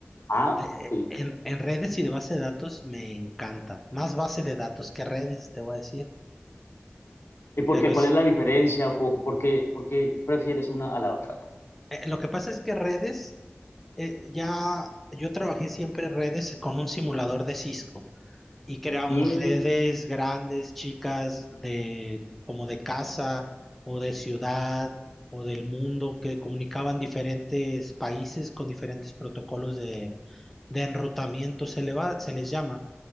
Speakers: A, on the left (about 80°); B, in the centre.
A: ah,
B: Eh,
A: sí.
B: en, en redes y de base de datos me encanta. Más base de datos que redes, te voy a decir.
A: ¿Y por
B: Pero
A: qué?
B: es,
A: ¿Cuál es la diferencia? ¿O ¿Por qué, por qué prefieres una a la otra?
B: eh, lo que pasa es que redes, eh, ya yo trabajé siempre en redes con un simulador de Cisco. y creamos
A: Mm,
B: redes grandes, chicas, de, como de casa o de ciudad o del mundo que comunicaban diferentes países con diferentes protocolos de, de enrutamiento, se le va, se les llama.